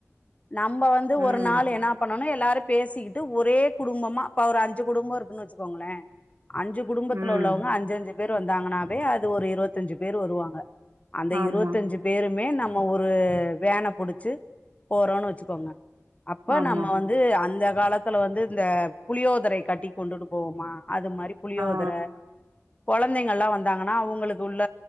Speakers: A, on the left; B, on the right.
A: நம்ப வந்து ஒரு
B: ம்
A: நாள் என்ன பண்ணணு எல் லாரு பேசிகிட்டு ஒரே குடும்பமா இப்ப ஒரு அஞ்சு குடும்போ இருக்குனு வச்சுக்கோங்களே அஞ்சு குடும்பத்துல
B: ம்
A: உள்ளவங்க அஞ்சு அஞ்சு பேர் வந்தாங்கனாவே அது ஒரு இருவத்தஞ்சு பேர் வருவாங்க அந்த
B: ஆமா
A: இருவத்தஞ்சு பேருமே நம் நம்ம ஒரு வேன புடுச்சு போறோனு வச்சுகோங்க அப்ப
B: ஆமா
A: நம்ம வந்து அந்த காலத்துல வந்து இந்த புளியோதரை கட்டி கொண்டுட்டு போவோமா அது மாரி புளியோதர
B: ஆ
A: கொழந்தைங்கல்லா வந்தாங்கனா அவுங்களுக் உள்ள